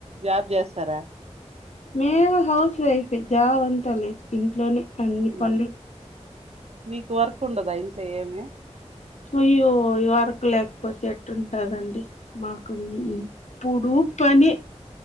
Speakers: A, on the right (about 65°); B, on the left (about 70°).
A: జాబ్ చేస్తారా
B: మేము హౌస్ వైఫ్ జాబ్ అంతా లేదు ఇంట్లోనే అన్నిీ
A: ఉమ్,
B: పం
A: మీకు వర్కు ఉండదా అ చేయమే
B: అయ్యోయ వరకు లేకపోతే ఎట్టుంటాదండి మాకు ఉడు పని